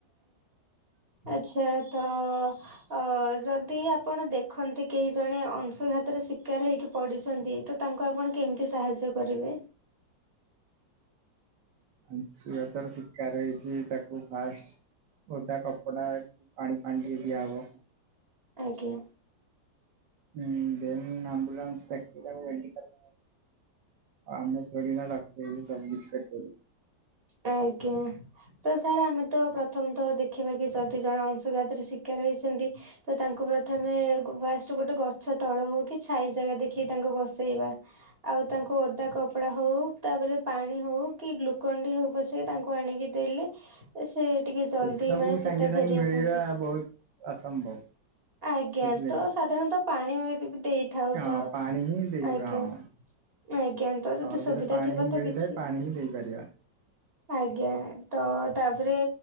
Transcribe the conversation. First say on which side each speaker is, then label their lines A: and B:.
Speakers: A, on the right; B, on the right.
A: ଆଛା ତ ଅ ଯଦି ଆପଣ ଦେଖନ୍ତି, କେହି ଜଣେ ଅଂଶୁଘା ଅଂଶୁଘାତରେ ଶିକାର ହେଇକି ପଡିଛନ୍ତି, ତ ତାଙ୍କୁ ଆପଣ କେମିତି ସାହାଯ୍ୟ କରିବେ?
B: ଅଂଶୁଘାତରେ ଶିକାର ହେଇଛି, ତାକୁ ଫାଷ୍ଟ ଓଦା କପଡା ପାଣି ଫାଣି ଟିକେ ଦିଆହବ।
A: ଆଜ୍ଞା।
B: ହୁଁ ଦେନ୍ ଆମ୍ବୁଲାନ୍ସ ଡାକିକି ତାକୁ ମେଡିକାଲ୍ ନବାକୁ ପଡିବ ।ଆମେ ଥୋଡ଼ି ନା ପାଖେରେ ସବୁ କିଛି କରି ପାରିବ ।
A: ଆଜ୍ଞା, ତ ସାର୍ ଆମେ ତ ପ୍ରଥମ ତ ଦେଖିବା କି ଯଦି ଜଣେ ଅଂଶଘାତରେ ଶିକାର ହେଇଛନ୍ତି ତ ତାଙ୍କୁ ପ୍ରଥମେ ଫାଷ୍ଟ ଗୋଟେ ଗଛ ତଳ ହଉ କି, ଛାଇ ଜାଗା ଦେଖିକି ତାଙ୍କୁ ବ ବସେଇବା ।ଆଉ ତାଙ୍କୁ ଓଦା କପଡା ହଉ, ତାପରେ ପାଣି ହଉ କି ଗ୍ଲୁକଣ୍ଡି ହଉ ବସେଇ ତାଙ୍କୁ ଆଣିକି ଦେଲେ। ସେ ସେ ଟିକେ ଜଲଦି
B: ସେ ସବୁ
A: ମାନେ
B: ସାଙ୍ଗେ
A: ଚେତା
B: ସାଙ୍ଗେ
A: ଫେରି
B: ମିଳିବା
A: ଆସନ୍ତି।
B: ବହୁତ ଅସମ୍ଭବ
A: ଆଜ୍ଞା,
B: ବୁଝିଲେ
A: ତ
B: କି।
A: ସାଧାରଣତଃ ପାଣି ଦେଇଥାଉ
B: ହଁ
A: ତ
B: ପାଣି ହିଁ ଦେଇବା
A: ଆଜ୍ଞା
B: ହଁ
A: । ଆଜ୍ଞା ତ
B: ସହଜରେ
A: ଯଦି ସୁବିଧା
B: ପାଣି
A: ଥିବ
B: ହିଁ
A: ତ
B: ମିଳିଥାଏ
A: କିଛି
B: ପାଣି ହିଁ ଦେଇପାରିବା।
A: ଆଜ୍ଞା ତ ତାପରେ